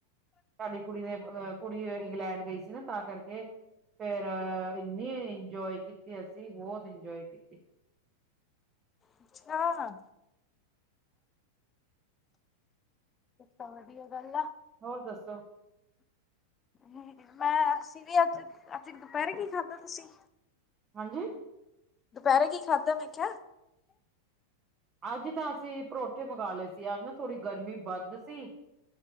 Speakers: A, on the right; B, on the left.
A: ਸਾਡੀ ਕੁੜੀ ਨੇ ਅਹ ਕੁੜੀ ਇੰਗਲੈਂਡ ਗਈ ਸੀ ਨਾ ਤਾਂ ਕਰਕੇ ਫੇਰ ਅ ਇੰਨੀ ਇੰਜੋਏ ਕੀਤੀ ਅਸੀਂ ਬਹੁਤ ਇੰਜੋਏ ਕੀਤੀ।
B: ਅੱਛਾ। ਏ ਤਾਂ ਵਧੀਆ ਗੱਲ ਆ।
A: ਹੋਰ ਦੱਸੋ?
B: <inaudible> ਮੈਂ ਅਸੀ ਵੀ ਅੱਜ ਅੱਜ ਦੁਪਹਿਰੇ ਕੀ ਖਾਧਾ ਤੁਸੀਂ।
A: ਹਾਂਜੀ,
B: ਦੁਪਹਿਰੇ ਕੀ ਖਾਧਾ ਮੈਂ ਕਿਹਾ?
A: ਅੱਜ ਤਾਂ ਅਸੀਂ ਪਰੌਠੇ ਮੰਗਾ ਲਏ ਸੀ ਅੱਜ ਨਾ ਥੋੜ੍ਹੀ ਗਰਮੀ ਵੱਧ ਸੀ।